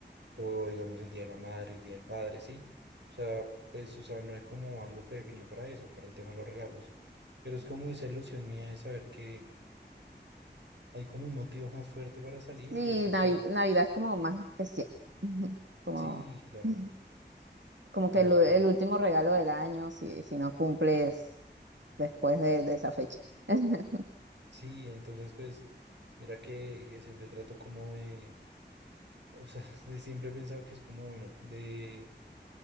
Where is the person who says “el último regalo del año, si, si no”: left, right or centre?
Right